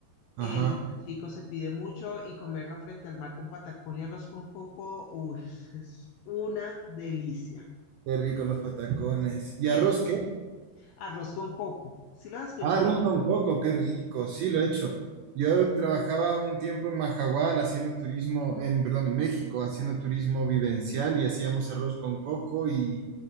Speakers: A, on the right; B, on the left.
A: Ajá.
B: El bocachico se pide mucho y comerlo frente al mar con patacón y arroz con coco, uy, es una delicia.
A: Qué rico los patacones. ¿Y
B: <laughs>
A: arroz
B: Es
A: qué?
B: Arroz con coco, ¿sí lo has escuchado?
A: Ah, arroz con coco, qué rico, sí lo he hecho. Yo trabajaba un tiempo en Majagual haciendo turismo, en, perdón, en México, haciendo turismo vivencial y hacíamos arroz con coco y,